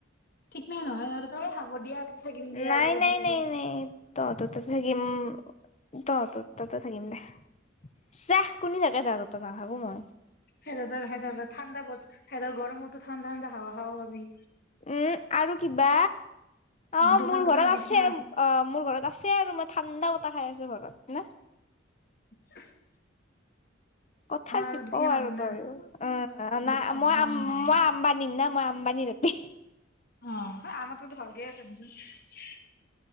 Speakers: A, on the left (about 50°); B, on the left (about 35°).
A: ঠিকনো নহয় আৰু, তই হ'ব দিয়া তাতে থাকিম দিয়া
B: নাই
A: বুলি কৈ
B: নাই
A: দিবি
B: নাই
A: পিছত
B: নাই, তহঁতৰ তাত থাকিম। তহতৰ তাতে থাকিম দে, যাহ, কুনি থাকে তহতৰ তাতে, নাথাকো মই।
A: সিহঁতৰ তাৰ সিহঁতৰ তাত ঠাণ্ডা মত, সিহঁতৰ গৰমতো ঠাণ্ডা ঠাণ্ডা হাৱা খাৱা পাবি।
B: উম আৰু কিবা অ
A: দুখন
B: মোৰ
A: দুখন
B: ঘৰত
A: বিচনা
B: আছে অ মোৰ ঘৰত আছে আৰু মই ঠাণ্ডা খাই আছো ঘৰত হ
A: <inaudible>
B: কথা
A: আমাৰ
B: শিকও
A: দুখীয়া মানুহ
B: আৰু
A: না
B: তইয় অ নাই
A: দুখীয়া মানুহ
B: মই
A: না
B: আম
A: আমাৰ নাই
B: মই
A: ইমান
B: আম্বানম না মই বনিৰতে
A: অ আমাৰকতো ভালকে আছে দেচোন